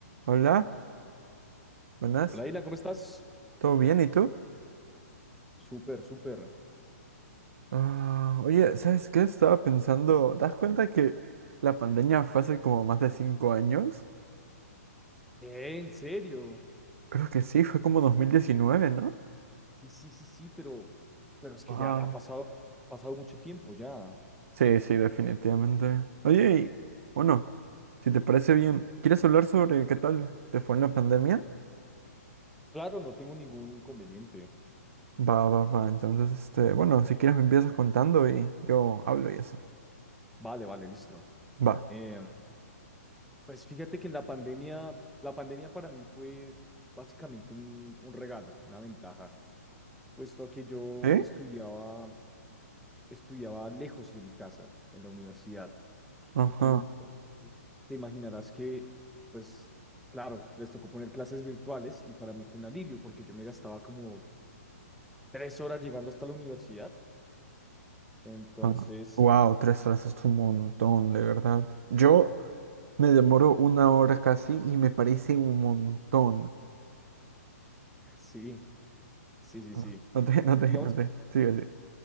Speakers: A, on the right; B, in the centre.
A: Hola, buenas,
B: Hola, Ila, ¿cómo estás?
A: ¿todo bien? ¿Y tú?
B: Súper, súper.
A: Ah, oye, ¿sabes qué? Estaba pensando, ¿te das cuenta que la pandemia fue hace como más de cinco años?
B: Eh, en serio.
A: Creo que sí, fue como 2019, ¿no?
B: Sí, sí, sí, sí, pero, pero es que
A: Wow.
B: ya ha pasado, pasado mucho tiempo ya.
A: Sí, sí, definitivamente. Oye, y bueno, si te parece bien, ¿quieres hablar sobre qué tal te fue en la pandemia?
B: Claro, no tengo ningún inconveniente.
A: Va, va, va. Entonces, este, bueno, si quieres me empiezas contando y yo hablo y eso.
B: Vale, vale, listo.
A: Va.
B: Em, pues fíjate que en la pandemia, la pandemia para mí fue básicamente un, un regalo, una ventaja, puesto a que yo
A: ¿Eh?
B: estudiaba, estudiaba lejos de mi casa, en la universidad.
A: Ajá,
B: Entonces, te imaginarás que, pues, claro, les tocó poner clases virtuales y para mí fue un alivio porque yo me gastaba como tres horas llegando hasta la universidad. Entonces,
A: ajá. Wow, tres horas es un montón, de verdad. Yo Me demoro una hora casi y me parece un montón.
B: sí, sí, sí, sí.
A: Ah, <laughs> No te, no te,
B: Digamos,
A: no te. Sigue, sigue.